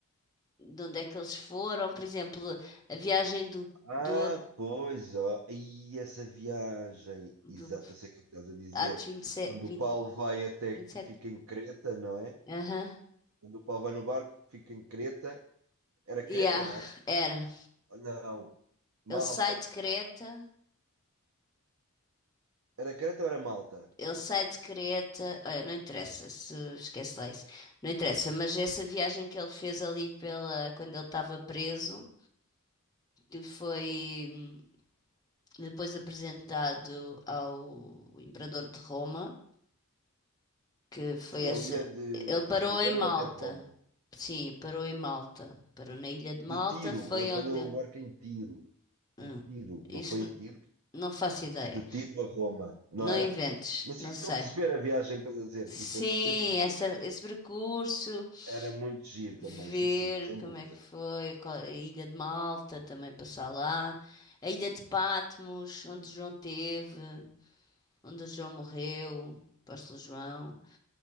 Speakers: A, on the left (about 15°); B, on the right (about 70°).
A: de onde é que eles foram, por exemplo, a viagem do,
B: Ah,
A: do,
B: pois, ó. E essa viagem,
A: do
B: exato, eu sei o que é que estás a dizer.
A: Atos 27,
B: Quando
A: 20,
B: o Paulo vai até
A: 27?
B: que fica em Creta, não é?
A: Aham,
B: Quando o Paulo vai no barco, fica em Creta. Era
A: Yeah,
B: Creta, não era?
A: era.
B: Não, Malta.
A: Ele sai de Creta.
B: Era Creta ou era Malta?
A: Ele sai de Creta, olha, não interessa se esquece lá isso, não interessa, mas essa viagem que ele fez ali pela, quando ele estava preso, que foi hum, depois apresentado ao Imperador de Roma, que foi
B: Sim, ele
A: essa,
B: ia de,
A: ele parou
B: de Judeia
A: em Malta,
B: até Roma.
A: sim, parou em Malta, parou na ilha de Malta,
B: De tiro,
A: foi
B: ele apanhou
A: onde ele,
B: o barco em tiro.
A: hum,
B: Em tiro,
A: isso
B: não foi em
A: n-
B: tiro?
A: não faço ideia,
B: De tiro a Roma, não
A: não
B: era?
A: inventes,
B: Mas
A: não
B: sim,
A: sei.
B: então perceber a viagem que estás a dizer,
A: Sim,
B: tipo, esse, esse percurso.
A: essa, esse percurso.
B: Era muito giro
A: ver
B: também, sim, sim, sem
A: como
B: dúvida.
A: é que foi, qual- a Ilha de Malta também passar lá, a Ilha de Patmos, onde João teve, onde João morreu, o apóstolo João.